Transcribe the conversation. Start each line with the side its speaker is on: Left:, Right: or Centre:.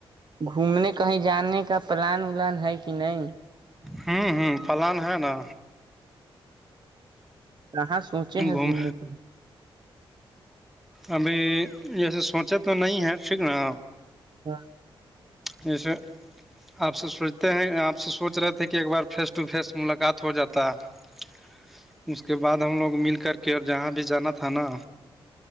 Right: گھومنے کہیں جانے کا پلان ولان ہے کہ نہیں
Centre: ہوں ہوں پلان ہے نا
Right: کہاں سوچے ہیں
Centre: گھوم
Right: گھومنے پ
Centre: ابھی جیسے سوچا تو تو نہیں ہے ٹھیک نا
Right: ہاں
Centre: جیسے آپ سے سوچتے ہیں آپ سے سوچ رہے تھے کہ ایک بار فیس ٹو فیس ملاقات تھ جاتا م اس کے بعد ہم لوگ مل کر کے اور جہاں بھی جانا تھا نا